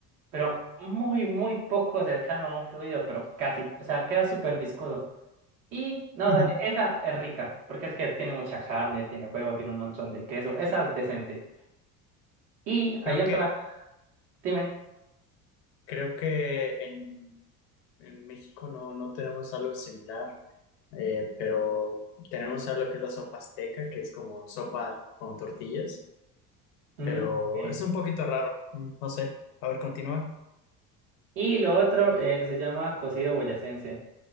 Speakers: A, on the right; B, on the left.
A: pero muy, muy poco cercano a un fluido, pero casi, o sea, queda súper viscoso. Y no,
B: <laughs>
A: dale, esa es rica, porque es que tiene mucha carne, tiene huevo, tiene un montón de queso, esa es decente. Y hay
B: Creo
A: otra,
B: que,
A: dime.
B: creo que en, en México no, no tenemos algo similar, eh, pero tenemos algo que es la sopa azteca, que es como sopa con tortillas.
A: Mm,
B: pero
A: ok.
B: es un poquito raro, mm, no sé. A ver, continúa.
A: Y lo otro eh, se llama cocido boyacense,